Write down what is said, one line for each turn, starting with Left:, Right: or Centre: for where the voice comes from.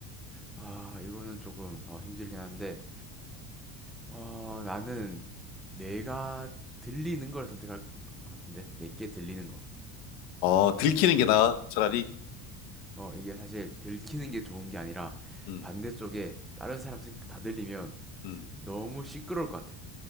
Centre: 아, 이거는 조금 어, 힘들긴 한데, 어, 나는 내가 들리는 걸 선택할 것 같은데, 내게 들리는 거.
Left: 어, 들키는 게 나아, 차라리.
Centre: 어, 이게 사실 들키는 게 좋은 게 아니라
Left: 음,
Centre: 반대쪽에 다른 사람 생각 다 들리면
Left: 음,
Centre: 너무 시끄러울 것 같아.